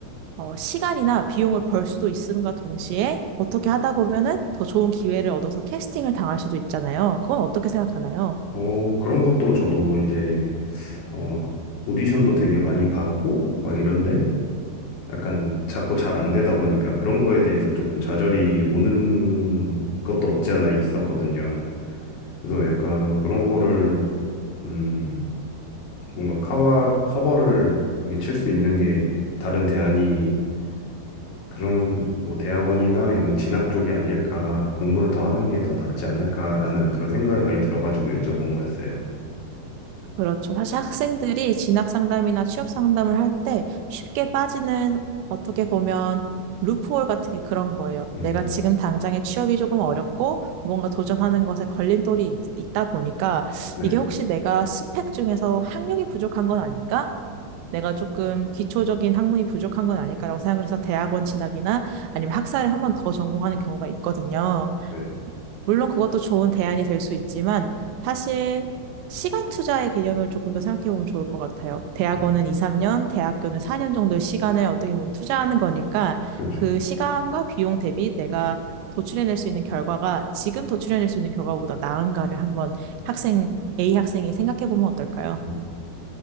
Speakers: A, on the right; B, on the left.
A: 어, 시간이나 비용을 벌 수도 있음과 동시에 어떻게 하다 보면은 더 좋은 기회를 얻어서 캐스팅을 당할 수도 있잖아요. 그건 어떻게 생각하나요?
B: 어 그런 것도 저도 이제 어 오디션도 되게 많이 받고 막 이런데 약간 자꾸 잘 안 되다 보니까 그런 거에 대해서 조금 좌절이 오는 것도 없지 않아 있었거든요. 그래서 약간 그런 거를 음... 뭔가 커버, 커버를 이게 칠 수 있는 게 다른 대안이 그런 뭐 대학원이나 이런 진학 쪽이 아닐까, 공부를 더 하는 게 더 낫지 않을까라는 그런 생각이 많이 들어가지고 여쭤본 거였어요.
A: 그렇죠. 사실 학생들이 진학 상담이나 취업 상담을 할 때 쉽게 빠지는 어떻게 보면 루프홀 같은 게 그런 거예요.
B: 음,
A: 내가 지금 당장의 취업이 조금 어렵고 뭔가 도전하는 것에 걸림돌이 있- 있다 보니까
B: 네,
A: 이게 혹시 내가 스펙 중에서 학력이 부족한 건 아닐까? 내가 조금 기초적인 학문이 부족한 건 아닐까라고 생각을 해서 대학원 진학이나 아니면 학사를 한번 더 전공하는 경우가 있거든요.
B: 네,
A: 물론 그것도 좋은 대안이 될 수 있지만 사실 시간 투자의 개념을 조금 더 생각해 보면 좋을 것 같아요. 대학원은
B: 음,
A: 2, 3년, 대학교는 4년 정도의 시간을 어떻게 보면 투자하는 거니까
B: 그렇죠.
A: 그 시간과 비용 대비 내가 도출해낼 수 있는 결과가 지금 도출해낼 수 있는 결과보다 나은가를 한번 학생, A 학생이 생각해 보면 어떨까요?
B: 음,